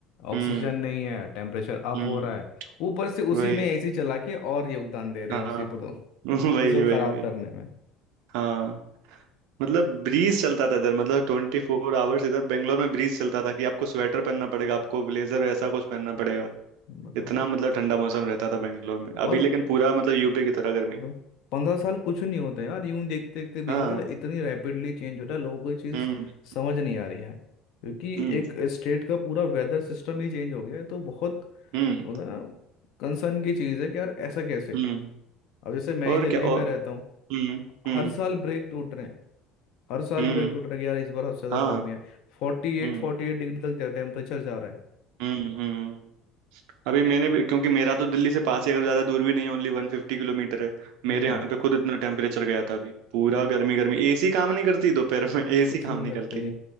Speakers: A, on the left; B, on the right.
A: ऑक्सीजन
B: हम्म
A: नहीं है टेम्परेचर अप
B: हम्म,
A: हो रहा है ऊपर से
B: वही
A: उसी में एसी चला के और योगदान दे रहे
B: हाँ
A: हैं उसी पर तो
B: <laughs> वही
A: इसको
B: वही
A: खराब
B: वही
A: करने में
B: हाँ मतलब ब्रीज चलता था इधर मतलब ट्वेंटी फोर आवर्स इधर बेंगलोर में ब्रीज चलता था कि आपको स्वेटर पहनना पड़ेगा आपको ब्लेजर ऐसा कुछ पहनना पड़ेगा
A: बताओ
B: इतना मतलब ठंडा मौसम रहता था बेंगलोर में
A: और
B: अभी लेकिन पूरा मतलब यूपी की तरह गर्मी
A: बताओ पंद्रह साल कुछ नहीं होते यार यूं देखते देखते बीत
B: हाँ
A: जाता है और इतनी रैपिडली चेंज हो रहा है लोगों को ये चीज़
B: हम्म
A: समझ नहीं आ रही है क्योंकि
B: हम्म
A: एक स्टेट का पूरा वेदर सिस्टम ही चेंज हो गया है तो बहुत
B: हम्म
A: मतलब ना कंसर्न की चीज़ है कि यार ऐसा कैसे
B: हम्म
A: अब जैसे मैं
B: और
A: ही दिल्ली
B: क्या
A: में
B: और
A: रहता हूँ
B: हम्म हम्म
A: हर साल ब्रेक टूट रहे हैं हर साल
B: हम्म
A: ब्रेक टूट रहा है कि यार इस बार सबसे ज्यादा
B: हाँ
A: गर्मी है फोर्टी
B: हम्म
A: एट फोर्टी एट डिग्री तक जा टेम्परेचर जा रहा है
B: हम्म हम्म अभी मैंने भी क्योंकि मेरा तो दिल्ली से पास ही अगर ज़्यादा दूर भी नहीं है ओनली वन फिफ्टी किलोमीटर है
A: हम्म
B: मेरे
A: हम्म,
B: यहाँ पे खुद इतना टेम्परेचर गया था अभी पूरा
A: हम्म,
B: गर्मी गर्मी एसी काम नहीं करती दोपहर में <laughs> एसी
A: कुछ
B: काम
A: नहीं
B: नहीं
A: करते
B: करती